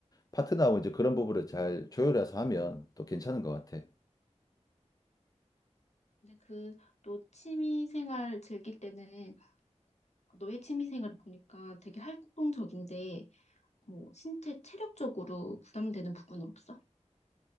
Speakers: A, on the left; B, on the left.
A: 파트너하고 이제 그런 부분을 잘 조율해서 하면 또 괜찮은 것 같아.
B: 근데 그 또 취미 생활 즐길 때는 너의 취미 생활을 보니까 되게 활동적인데 뭐 신체 체력적으로 부담되는 부분은 없어?